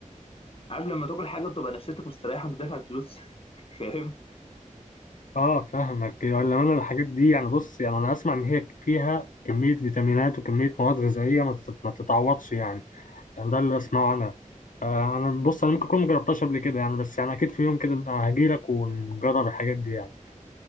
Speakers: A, on the left; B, on the left.
A: عارف لما تاكل حاجه وتبقى نفسيتك مستريحه وانت دافع الفلوس <laughs> فاهم
B: اه فاهمك ولا انا الحاجات دي يعني بص يعني انا اسمع ان هي فيها كميه فيتامينات وكميه مواد غذائيه ما تت- ما تتعوضش يعني يعني ده اللي اسمعه انا آه، انا بص انا ممكن اكون مجربتهاش قبل كده يعني بس يعني اكيد في يوم كده هجيلك ونجرب الحاجات دي يعني